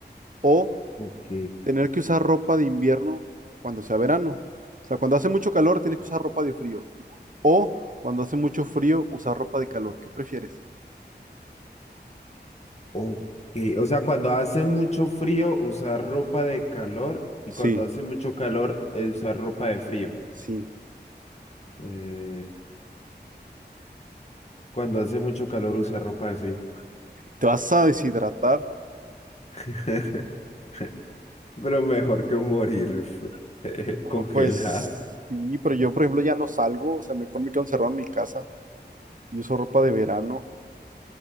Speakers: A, on the right; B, on the left.
A: O
B: Ok.
A: tener que usar ropa de invierno cuando sea verano. O sea, cuando hace mucho calor, tienes que usar ropa de frío. Y cu- O cuando hace mucho frío, usar ropa de calor. ¿Qué prefieres?
B: Ok. O sea, cuando hace mucho frío, usar ropa de calor y
A: Sí,
B: cuando hace mucho calor, eh, usar ropa de frío.
A: sí.
B: Eh, cuando hace mucho calor, usar ropa de frío.
A: ¿Te vas a deshidratar?
B: <laughs> Pero mejor que morir <laughs>
A: Ah,
B: congelada
A: pues sí, pero yo, por ejemplo, ya no salgo. O sea, mejor me quedo encerrado en mi casa y uso ropa de verano.